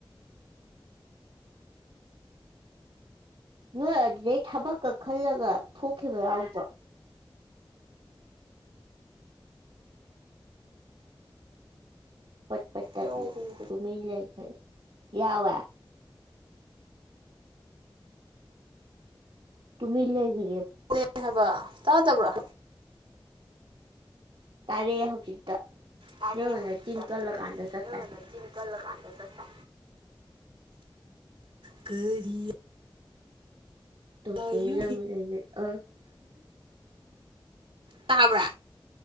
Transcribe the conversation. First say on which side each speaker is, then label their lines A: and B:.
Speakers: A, on the right (about 70°); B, on the right (about 85°).
A: ꯅꯣꯏ ꯑꯗꯨꯗꯩ ꯊꯕꯛꯀ ꯈꯜꯂꯒ ꯊꯣꯛꯈꯤꯕ ꯌꯥꯎꯗ꯭ꯔꯣ ꯄꯄ ꯇ
B: ꯌꯥꯎꯕꯅꯤ
A: ꯂꯩ ꯇꯃꯤ ꯂꯩꯏ ꯈꯔ ꯌꯥꯋꯦ ꯇꯨꯃꯤ ꯏ ꯂꯩꯒꯦ
B: <unintelligible> ꯍꯕ ꯇꯥꯗꯕ꯭ꯔ
A: ꯇꯥꯔꯦ ꯍꯧꯖꯤꯛꯇ
B: ꯇꯥꯔꯦ
A: ꯅꯪꯅ
B: ꯍꯧꯖꯤꯛ
A: ꯅ ꯆꯤꯟ ꯀꯜꯂꯀꯥꯟꯗ ꯆ
B: ꯅꯪꯅ
A: ꯇꯥꯏ
B: ꯅꯆꯤꯟ ꯀꯜꯂꯀꯥꯟꯗ ꯆꯠꯄ ꯀꯔꯤ
A: ꯇ
B: ꯍꯥꯏꯌꯨ
A: ꯇꯃꯤ ꯌꯥꯦ ꯑ
B: ꯇꯥꯕ꯭ꯔꯥ